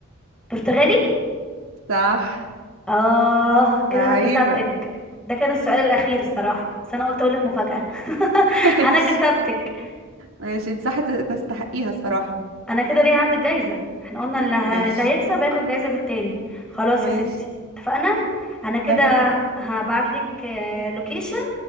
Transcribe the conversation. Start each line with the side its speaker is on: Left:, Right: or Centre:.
Centre: برتغالي
Right: صح
Centre: اه كده
Right: لعيبة
Centre: انا كسبتك ده كان السؤال الاخير الصراحه بس انا قلت اقولك مفاجاه <laughs>
Right: <laughs> ماشي
Centre: انا كسبتك
Right: ماشي انت صح تستحقيها الصراحة
Centre: انا كده ليه عندك جايزه احنا قلنا اللي, ه...
Right: ماشي
Centre: اللي هيكسب هياخد جايزه من التاني خلاص
Right: ماشي
Centre: يا ستي اتفقنا انا كده
Right: اتفقنا
Centre: هبعتلك آه، لوكيشن